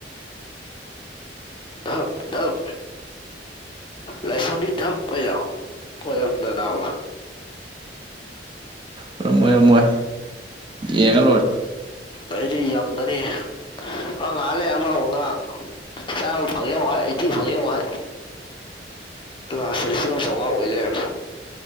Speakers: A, on the left (about 30°); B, on the right (about 25°).
A: ꯗꯞ ꯗꯞ ꯂꯥꯏꯁꯔꯝꯒꯤ ꯗꯞꯑꯩꯗꯣ ꯑꯣꯏꯔꯝꯗꯅꯕ꯫
B: ꯉꯝꯃꯣꯏ ꯉꯝꯃꯣꯏ ꯌꯦꯡꯉ ꯂꯣꯏꯔꯦ꯫
A: ꯑꯩꯗꯤ ꯌꯪꯒꯅꯤꯍꯦ꯫ ꯍ ꯉꯥꯂꯦ ꯑꯃ ꯃꯨ ꯉꯥꯡ ꯆꯥꯃ ꯐꯪꯉꯦ ꯑꯃꯨꯛ ꯍꯥꯏ ꯑꯩꯠꯇꯤ ꯐꯪꯉꯦ ꯑꯃꯨ ꯍꯥꯏ ꯂꯥꯁꯇ ꯂꯤꯁꯤꯡꯑꯝ ꯆꯧꯉꯥ ꯑꯣꯏꯂꯩꯔꯝꯃꯦ꯫